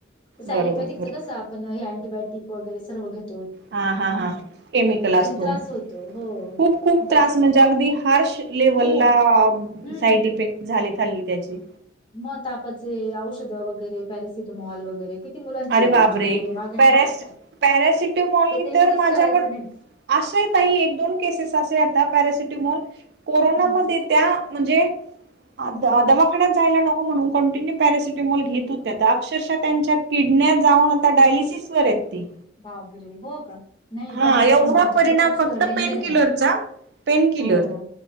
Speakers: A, on the left; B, on the right.
A: तस
B: बरोबर
A: लोपॅथिक
B: बरोबर
A: चं कं आपण हे अँटीबायोटिक वगैरे सर्व घेत
B: हा हा हा केमिकल अस असतो
A: त्रास होतो हो
B: खूप खूप त्रास
A: तसं
B: म्हणजे अगदी हार लेव्हलला
A: खूप हम्म.
B: साइड इफेक्ट झाले ली त्याचे
A: मग तापाचे औषध वगैरे पॅरेसिटमॉल वगैरे मुलांचे
B: अरे बाबरे
A: जीव गेले मागं
B: पॅरस
A: नाही का आता.
B: पॅरासिटेमॉल
A: ते युजच
B: तर माझ्याकड
A: करायचं नाही
B: असे काही एक दोन केसेस असे यता पॅरासिटीमोल कोरोनामध्ये
A: हम्म
B: त्या म्हणजे
A: हम्म
B: दमा आकडात जायला नको म्हणून कॉंटिन्यू पॅरसिटमॉल घेत होत्या तर अक्षरश त्यांच्या किडण्या जाऊन आता डायलिसिस वर आहेत ते
A: बाबरे हो का नाही
B: हा
A: पॅरासिटामॉल
B: एवढा
A: तर
B: परिणाम
A: खूपच
B: फक्त
A: डेंजर
B: पेनकिलरचा
A: आहे ना
B: पेनकिलर
A: हो.